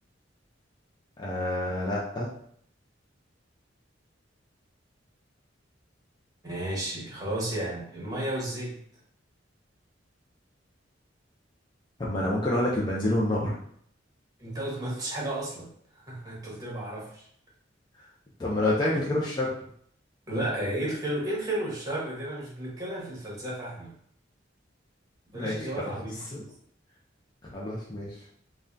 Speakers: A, on the left (about 25°); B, on the right (about 20°).
A: آه لا
B: ماشي خلاص يعني المية والزيت
A: طب ما انا ممكن اقول لك البنزين والنار
B: انت قلت ما قلتش حاجة اصلا <laughs> انت قلت لي ما اعرفش
A: <laughs> طب ما انا قلت لك الخير والشر
B: لا ايه الخير ايه الخير والشر دي انا مش بنتكلم في الفلسفة احنا بلاش
A: ماشي
B: اجابات
A: خلاص
B: عميقة
A: <laughs> خلاص ماشي